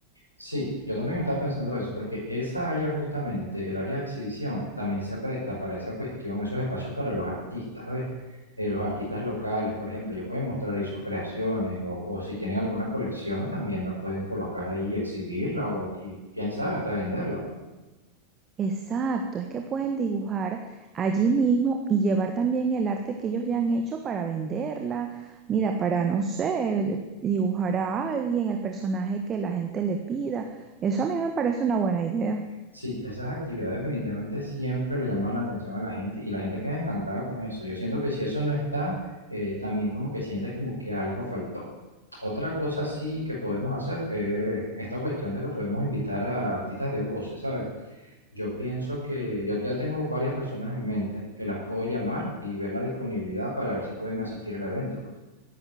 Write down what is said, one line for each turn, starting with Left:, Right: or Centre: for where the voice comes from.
Left: Sí, yo también estaba pensando eso, porque esa área justamente, el área de exhibición, también se presta para esa cuestión, esos espacios para los artistas, ¿ves? Eh, los artistas locales, por ejemplo, ellos pueden mostrar ahí sus creaciones o, o si tienen alguna colección, también la pueden colocar ahí, exhibirla o qui- quién sabe, hasta venderla, pues.
Right: Exacto, es que pueden dibujar allí mismo y llevar también el arte que ellos ya han hecho para venderla, mira, para, no sé, dibujar a alguien, el personaje que la gente le pida. Eso a mí me parece una buena idea.
Left: Sí, esas actividades definitivamente siempre le llaman la atención a la gente y la gente queda encantada con eso. Yo siento que si eso no está, eh, también como que sientes como que algo faltó. Otra cosa sí que podemos hacer es esta cuestión de que podemos invitar a artistas de voces, ¿sabes? Yo pienso que yo ya tengo varias personas en mente que las puedo llamar y ver la disponibilidad para ver si pueden asistir al evento. pues.